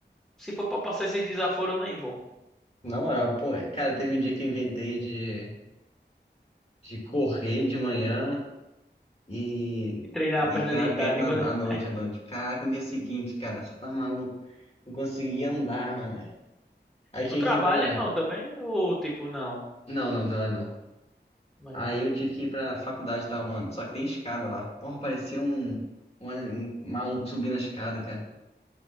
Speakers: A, in the centre; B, on the left.
A: Se for pra passar esses desaforos, eu nem vou.
B: na moral, pô, cara, teve um dia que eu inventei de, de correr de manhã e,
A: E treinar
B: e
A: a perna
B: treinar
A: deitada.
B: a perna
A: E quando-
B: à noite,
A: <laughs>
B: à noite. Caraca, no dia seguinte, cara, você tá maluco? Não conseguia andar, mano. Aí
A: Tu
B: tinha
A: trabalha,
B: que ir pra
A: irmão, também? Ou tipo, não?
B: Não, não, trabalho não.
A: Trabalha
B: Aí
A: não.
B: eu tive que ir pra faculdade e tal, mano. Só que tem escada lá. Porra, parecia um, um, ali- um maluco subindo a escada, cara.